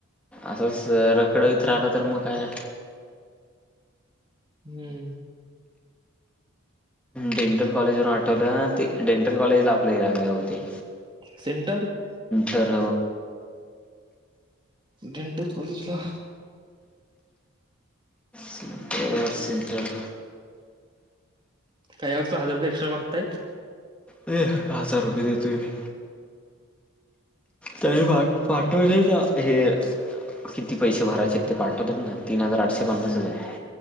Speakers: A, in the centre; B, on the right.
A: असच रखडवीत राहिला तर मग काय
B: ह
A: डेंटल कॉलेजवरून आठवलं ते डेंटल कॉलेजला आपले आले होते
B: सेंटर
A: तर
B: डेंटल कॉलेजला
A: सेंटर सेंटर
B: काय असो हजार रुपये एक्स्ट्रा मागतायत
A: ये हजार रुपये देतो मी तळे फाट पाठवतील का हे किती पैसे भरायचे आहेत ते पाठवत ना तीन हजार आठशे पन्नास हजार आहेत.